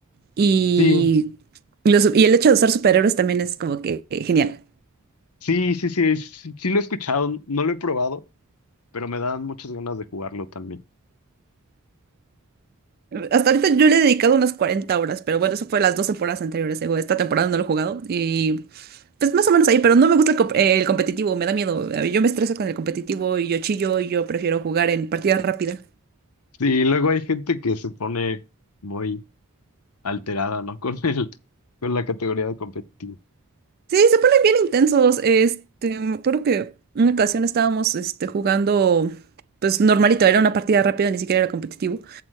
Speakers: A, on the right; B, on the left.
A: Y,
B: Sí,
A: los- y el hecho de usar superhéroes también es como que eh, genial.
B: Sí, sí, sí, sí, sí lo he escuchado, no lo he probado, pero me dan muchas ganas de jugarlo también.
A: Hasta ahorita yo le he dedicado unas 40 horas, pero bueno, eso fue las dos temporadas anteriores. digo, Esta temporada no lo he jugado y pues más o menos ahí, pero no me gusta el, comp- eh, el competitivo, me da miedo. A mí- Yo me estreso con el competitivo y yo chillo y yo prefiero jugar en partida rápida.
B: Sí, luego hay gente que se pone muy alterada, ¿no? <laughs> Con el, con la categoría de competitivo.
A: Sí, se ponen bien intensos. Este, me acuerdo que una ocasión estábamos este, jugando, pues normalito, era una partida rápida, ni siquiera era competitivo.